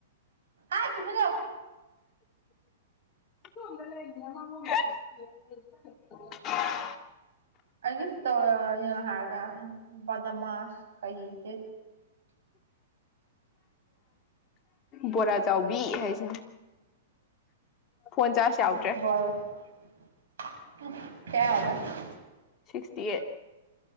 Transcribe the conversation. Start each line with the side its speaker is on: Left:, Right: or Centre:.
Right: ꯑ ꯇꯨꯃꯤꯜ ꯂꯩꯌꯣ
Left: <unintelligible> <inaudible>
Right: ꯑꯩꯒꯤꯁꯨ ꯇꯧꯔꯒ ꯌꯦꯡꯉꯣ ꯍꯥꯏꯔꯒ ꯕꯗꯃꯥꯁ ꯀꯔꯤꯒꯦ
Left: ꯕꯣꯔꯥ ꯆꯥꯎꯕꯤ ꯍꯥꯏꯁꯤꯅꯦ ꯐꯣꯟ ꯆꯥꯔꯁ ꯌꯥꯎ
Right: <inaudible>
Left: ꯁꯤꯛꯁꯇꯤ ꯑꯩꯠ꯫